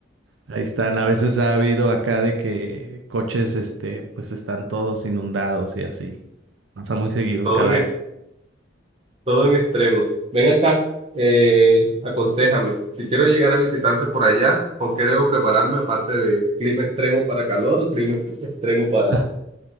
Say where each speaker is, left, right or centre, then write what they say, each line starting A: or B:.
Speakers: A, on the right; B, on the right.
A: ahí están. A veces ha habido acá de que coches este pues están todos inundados y así. Pasa muy seguido
B: todo
A: cada
B: en,
A: año.
B: es- todo en extremos. Ven acá, eh, aconséjame, si quiero llegar a visitarte por allá, ¿con qué debo prepararme aparte de clima extremo para calor o clima ex- extremo para,
A: <laughs> Ah,